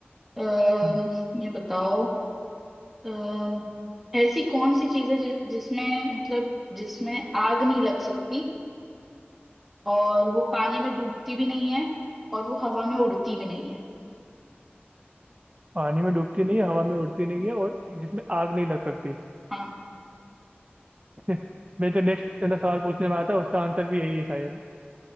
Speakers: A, in the centre; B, on the right.
A: अ,
B: हम्म,
A: ये बताओ अ, ऐसी कौन सी चीज है जि, जिसमें मतलब जिसमें आग नहीं लग सकती और वो पानी में डूबती भी नहीं है और वो हवा में उड़ती भी नहीं है
B: पानी में डूबती नहीं है हवा में उड़ती नहीं है और जिसमें आग नहीं लग सकती
A: हाँ
B: <laughs> मैं जो नेक्स्ट ना सवाल पूछने वाला था उसका आंसर भी यही है शायद